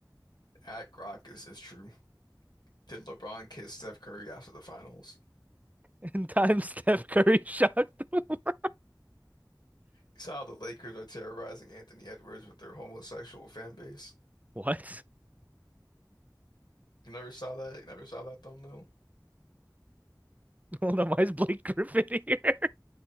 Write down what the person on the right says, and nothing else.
<laughs> in time steph curry shot <laughs>
what
hold on why is blake griffin here